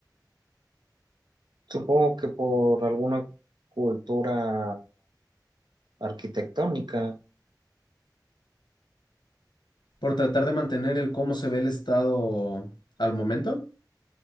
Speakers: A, on the right (about 75°); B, on the left (about 75°).
A: supongo que por alguna cultura arquitectónica.
B: Por tratar de mantener el cómo se ve el estado al momento.